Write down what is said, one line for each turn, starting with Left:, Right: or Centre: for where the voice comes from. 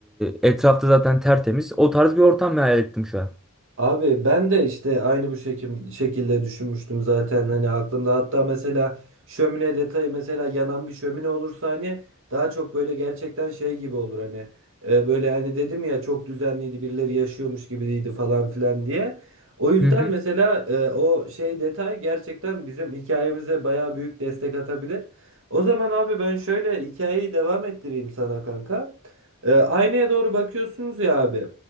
Centre: etrafta zaten tertemiz. O tarz bir ortam hayal ettim şu an.
Right: Abi ben de işte aynı bu şekim, şekilde düşünmüştüm zaten hani aklımda hatta mesela şömine detayı mesela yanan bir şömine olursa hani daha çok böyle gerçekten şey gibi olur hani E, böyle hani dedim ya çok düzenliydi birileri yaşıyormuş gibiydi falan filan diye. O yüzden
Centre: Hı hı.
Right: mesela e, o şey detay gerçekten bizim hikayemize bayağı büyük destek atabilir. O zaman abi ben şöyle hikayeyi devam ettireyim sana kanka. E, aynaya doğru bakıyorsunuz ya abi.